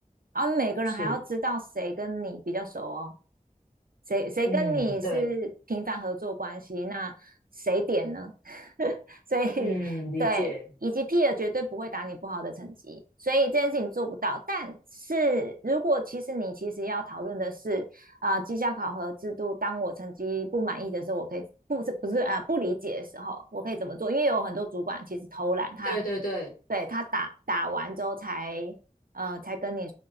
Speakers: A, on the right; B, on the left.
A: 而每个人还要知道谁跟你比较熟哦。
B: 是。
A: 谁谁跟你是频繁合作关系？
B: 嗯，对。
A: 那谁点呢？<laughs> 所以对，
B: 嗯，理解。
A: 以及 p e 绝对不会打你不好的成绩，所以这件事情做不到。但是如果其实你其实要讨论的是啊、呃绩效考核制度，当我成绩不满意的时候，我可以不是不是啊、呃不理解的时候，我可以怎么做？因为有很多主管其实偷懒，他
B: 对对对
A: 对他打打完之后才呃才跟你